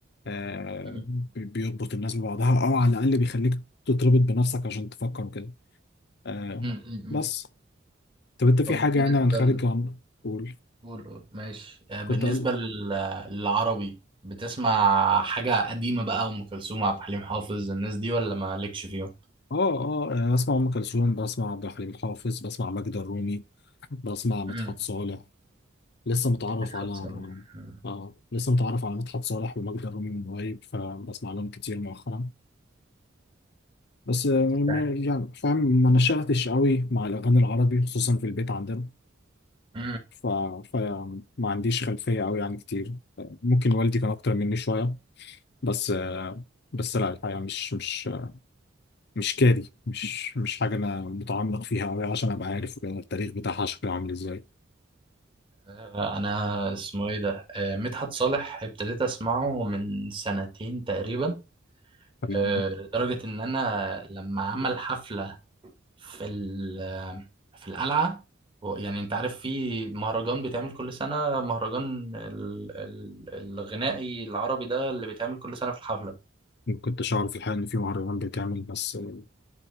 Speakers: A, on the left (about 60°); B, on the right (about 25°).
A: آه
B: مم،
A: بي- بيربط الناس ببعضها أو على الأقل بيخليك تتربط بنفسك عشان تفكر وكده آه
B: مم، مم.
A: بس طب انت في
B: طب
A: حاجة
B: بالنسبة
A: يعني عن خارج
B: ل...
A: عن قول
B: قول قول ماشي آه، بالنسبة
A: كنت اقول
B: لل- للعربي بتسمع حاجة قديمة بقى أم كلثوم عبد الحليم حافظ الناس دي ولا مالكش فيهم؟
A: اه اه انا بسمع ام كلثوم بسمع عبد الحليم حافظ بسمع ماجدة الرومي بسمع مدحت
B: مم.
A: صالح لسه متعرف
B: مدحت
A: على
B: صالح مم.
A: اه لسه متعرف على مدحت صالح وماجدة الرومي من قريب فبسمع لهم كتير مؤخرا بس آه، ما-
B: أنت عارف؟
A: يعني فاهم ما نشأتش قوي مع الاغاني العربي خصوصا في البيت عندنا
B: مم.
A: ف... فما عنديش خلفية قوي يعني كتير ممكن والدي كان اكتر مني شوية بس آه، بس لا الحقيقة مش مش مش كاري مش مش حاجة أنا متعمق فيها أوي عشان أبقى عارف وكده التاريخ بتاعها شكله عامل إزاي
B: آه، أنا اسمه إيه ده؟ آه، مدحت صالح ابتديت أسمعه من سنتين تقريبا
A: تمام.
B: آه، لدرجة إن أنا لما عمل حفلة في ال- في القلعة و- يعني انت عارف في مهرجان بيتعمل كل سنة مهرجان ال- ال- الغنائي العربي ده اللي بيتعمل كل سنة في الحفلة
A: ما كنتش أعرف الحقيقة إن في مهرجان بيتعمل بس آه،